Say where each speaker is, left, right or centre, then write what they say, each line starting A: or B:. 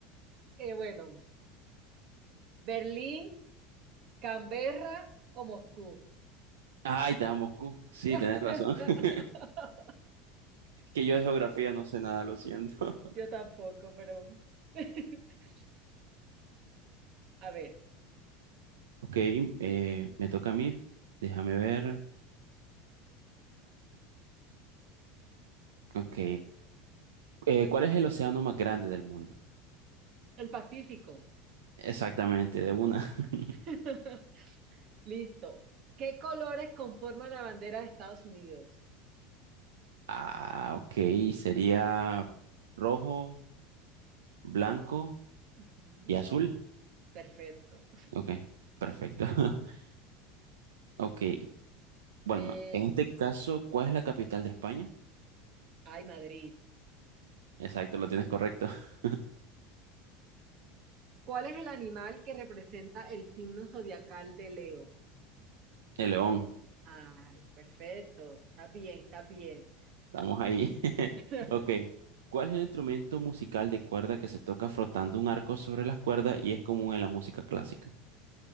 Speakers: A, on the right (about 55°); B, on the right (about 75°).
A: Eh, bueno, Berlín, Canberra o Moscú.
B: Ah, ahí está, Moscú. Sí,
A: <laughs>
B: tenés razón. <laughs> Es que yo de geografía no sé nada, lo siento.
A: Yo
B: <laughs>
A: tampoco, pero <laughs> a ver,
B: Ok, eh, me toca a mí. Déjame ver. Ok. Eh, ¿cuál es el océano más grande del mundo?
A: el Pacífico.
B: Exactamente, de una. <laughs>
A: <laughs> Listo. ¿Qué colores conforman la bandera de Estados Unidos?
B: Ah, ok. Sería rojo, blanco
A: Ujú,
B: y azul.
A: Perfecto.
B: Ok, perfecto. <laughs> Ok, bueno,
A: Eh,
B: en este caso, ¿cuál es la capital de España?
A: Ay, Madrid.
B: Exacto, lo tienes correcto. <laughs>
A: ¿Cuál es el animal que representa el signo zodiacal de Leo?
B: El león.
A: Ay, perfecto. Está bien, está bien.
B: Estamos ahí. <laughs>
A: <laughs>
B: Ok. ¿Cuál es el instrumento musical de cuerda que se toca frotando un arco sobre las cuerdas y es común en la música clásica?